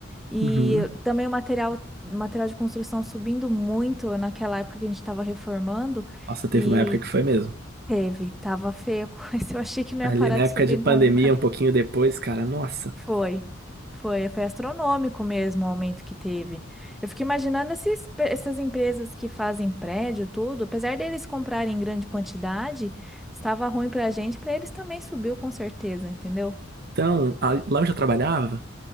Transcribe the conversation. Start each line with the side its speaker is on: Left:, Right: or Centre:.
Centre: E
Right: uhum.
Centre: também o material, material de construção subindo muito naquela época que a gente estava reformando.
Right: Nossa, teve
Centre: e
Right: uma época que foi mesmo.
Centre: Teve, tava feio, <laughs> mas eu achei que não
Right: Ali
Centre: ia parar
Right: na
Centre: de
Right: época
Centre: subir
Right: de pandemia,
Centre: nunca.
Right: um pouquinho depois, cara, nossa.
Centre: Foi, foi, foi astronômico mesmo o aumento que teve. Eu fico imaginando esses, pe- essas empresas que fazem prédio, tudo, apesar deles comprarem em grande quantidade, estava ruim pra gente, pra eles também subiu com certeza, entendeu?
Right: Então, a- lá onde eu trabalhava,